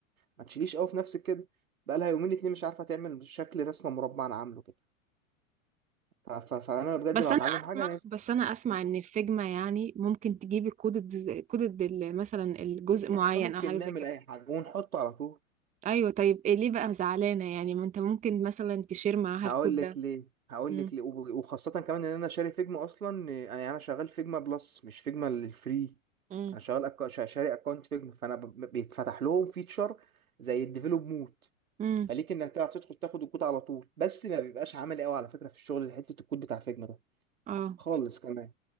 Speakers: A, on the right; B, on the right.
A: ما تشيليش قوي في نفسك كده بقى لها يومين اتنين مش عارفه تعمل شكل رسمه مربع انا عامله كده ف- ف- فانا بجد
B: بس
A: لو هتعلم
B: انا اسمع
A: حاجه انا نفسي
B: بس انا اسمع ان في فيجما يعني ممكن تجيبي كود الديز- كود الدل- مثلا الجزء معين
A: احنا ممكن
B: او حاجة زي
A: نعمل
B: كده
A: اي حاجه ونحطه على طول
B: ايوه طيب إيه ليه بقى زعلانة يعني ما انت ممكن مثلا تشير معاها
A: هقول
B: الكود
A: لك
B: ده
A: ليه هقول
B: مم.
A: لك ليه وب- وخاصه كمان ان انا شاري فيجما اصلا انا انا شغال فيجما بلس مش فيجما الفري
B: مم.
A: انا شغال أكا... شا- شاري اكونت فيجما فانا ب... بيتفتح لهم فيتشر زي الديفلوب مود
B: مم.
A: فليك انك تعرف تدخل تاخد الكود على طول بس ما بيبقاش عملي قوي على فكره في الشغل حته الكود بتاع فيجما ده
B: اه
A: خالص كمان